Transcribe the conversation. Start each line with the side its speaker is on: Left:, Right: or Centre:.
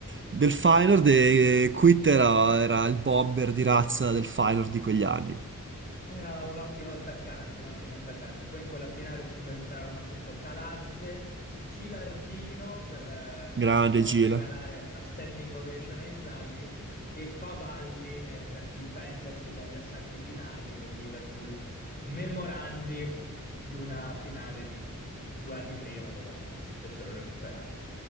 Right: Del Feyenoord e Quitt era, era il bomber di razza del Feyenoord di quegli anni.
Left: Era un ottimo attaccante, un ottimo attaccante. Poi in quella finale subentrarono appunto Calazze, Gilardino per, eh, diciamo,
Right: Grande Gila.
Left: regalare la standing ovation a Inzaghi e Favalli ne- per difendersi dagli assalti finali del Liverpool, memorandi di una finale di due anni prima dove si fecero recuperare.